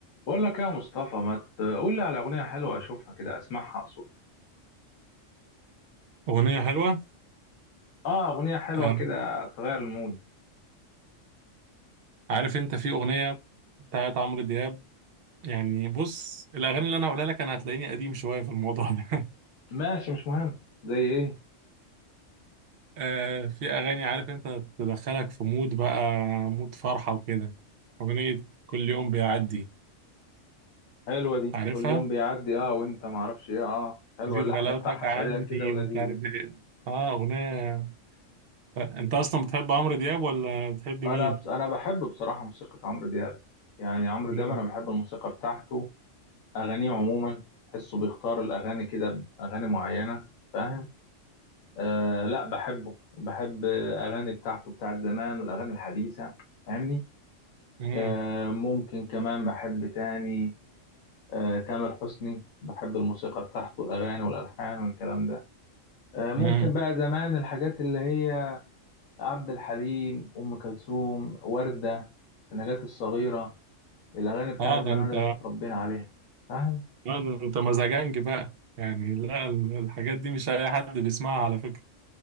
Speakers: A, on the left (about 85°); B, on the right (about 60°).
A: بقول لك يا مصطفى ما تقول لي على أغنية حلوة أشوفها كده أسمعها أقصد
B: أغنية حلوة
A: آه أغنية حلوة
B: آه،
A: كده تغير المود
B: عارف أنت في أغنية بتاعت عمرو دياب يعني بص الأغاني اللي أنا هقولها لك أنا هتلاقيني قديم شوية في الموضوع ده <laughs>
A: ماشي مش مهم زي إيه
B: آه، في أغاني عارف أنت تدخلك في مود بقى مود فرحة وكده أغنية كل يوم بيعدي
A: حلوة دي
B: عارفها
A: كل يوم بيعدي آه وأنت معرفش إيه آه حلوة
B: زيد
A: اللحن
B: غلاوتك
A: بتاعها
B: عني
A: سريع كده ولذيذة
B: ومش عارف إيه آه أغنية أنت أصلا بتحب عمرو دياب ولا بتحب مين؟
A: أنا بس أنا بحب بصراحة موسيقى عمرو دياب يعني عمرو
B: مم.
A: دياب أنا بحب الموسيقى بتاعته أغانيه عموما تحسه بيختار الأغاني كده أغاني معينة فاهم آه لا بحبه بحب أغاني بتاعته بتاعت زمان والأغاني الحديثة فاهمني
B: مم.
A: آه، ممكن كمان بحب تاني آه، تامر حسني بحب الموسيقى بتاعته والأغاني والألحان والكلام ده آه، ممكن
B: مم.
A: بقى زمان الحاجات اللي هي عبد الحليم أم كلثوم وردة نجاة الصغيرة الأغاني بتاعت
B: آه
A: زمان
B: ده أنت
A: اللي احنا اتربينا عليها فاهم؟
B: لا ده انت مزاجنج بقى يعني لا ال- الحاجات دي مش اي حد بيسمعها على فكرة